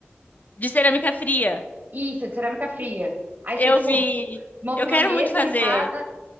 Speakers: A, on the left; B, on the right.
A: De cerâmica fria.
B: Isso, de cerâmica fria. Aí você,
A: Eu
B: tipo,
A: vi,
B: monta
A: eu
B: uma
A: quero
B: mesa
A: muito fazer.
B: em casa.